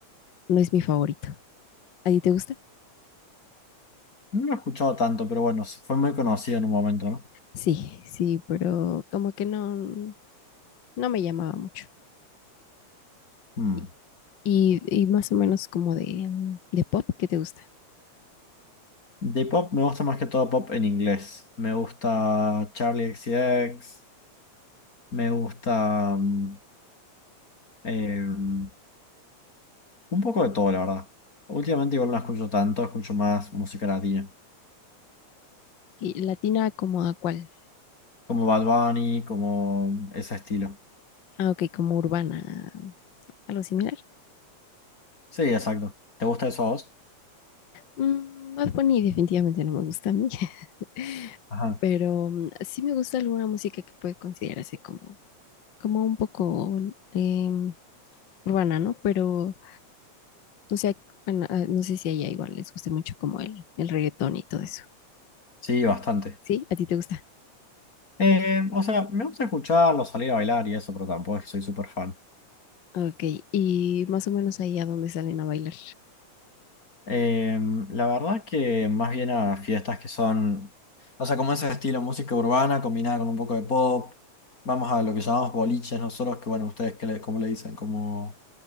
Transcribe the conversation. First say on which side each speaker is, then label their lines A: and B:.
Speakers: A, on the left; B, on the left.
A: no es mi favorito. ¿A ti te gusta?
B: No lo he escuchado tanto, pero bueno, fue muy conocido en un momento, ¿no?
A: Sí, sí, pero como que no, no me llamaba mucho.
B: hmm
A: Y, y- y más o menos como de, mm, de pop, ¿qué te gusta?
B: De pop me gusta más que todo pop en inglés. Me gusta Charlie X C X me gusta mm, eh, un poco de todo, la verdad. Últimamente igual no escucho tanto, escucho más música latina,
A: ¿Y latina como a cuál?
B: como Bad Bunny, como ese estilo.
A: Ah, ok, como urbana, algo similar.
B: Sí, exacto. ¿Te gusta eso a vos?
A: Mm, Bad Bunny definitivamente no me gusta a mí, <laughs>
B: Ajá.
A: pero mm, sí me gusta alguna música que puede considerarse como como un poco em, urbana, ¿no? Pero no sé, bueno, ah, no sé si a ella igual les guste mucho como el, el reggaetón y todo eso.
B: Sí, bastante.
A: ¿Sí? ¿A ti te gusta?
B: Eh, o sea, me gusta escucharlo, salir a bailar y eso, pero tampoco es que soy súper fan.
A: Ok, y más o menos ahí a dónde salen a bailar.
B: Eh, la verdad que más bien a fiestas que son, o sea, como ese estilo música urbana combinada con un poco de pop. Vamos a lo que llamamos boliches nosotros, que bueno, ustedes qué le, cómo le dicen, como...